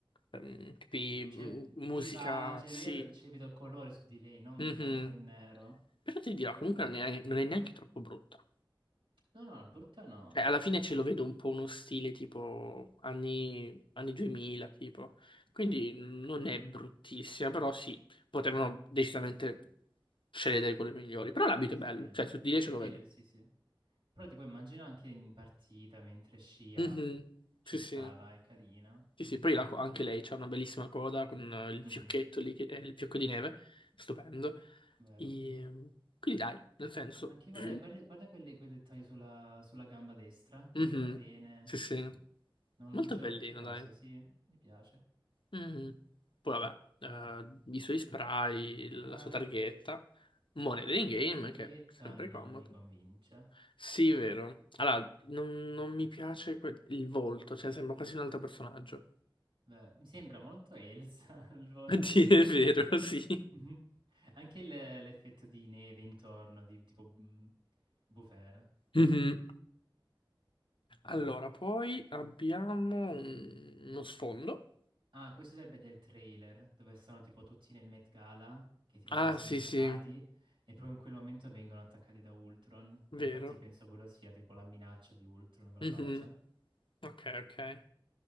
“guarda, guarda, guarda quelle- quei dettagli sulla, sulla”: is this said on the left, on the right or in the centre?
Right